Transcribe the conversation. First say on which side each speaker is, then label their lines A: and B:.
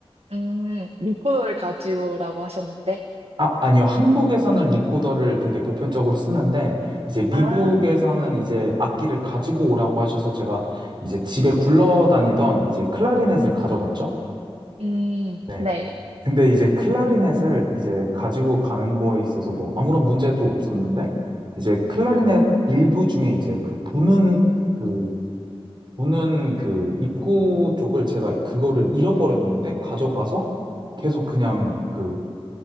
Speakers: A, on the right (about 80°); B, on the right (about 50°).
A: 음, 리포더를 가지고라고 하셨는데,
B: 아, 아니요. 한국에서는 리코더를 되게 보편적으로 쓰는데, 이제 미국에서는
A: 아,
B: 이제 악기를 가지고 오라고 하셔서 제가 이제 집에 굴러다니던 이제 클라리넷을 가져갔죠.
A: 음,
B: 네.
A: 네,
B: 근데 이제 클라리넷을 이제 가지고 가는 거에 있어서 뭐 아무런 문제도 없었는데, 이제 클라리넷 일부 중에 이제 그 부는, 그, 부는 그 입구 쪽을 제가 그거를 잃어버렸는데, 가져가서 계속 그냥 그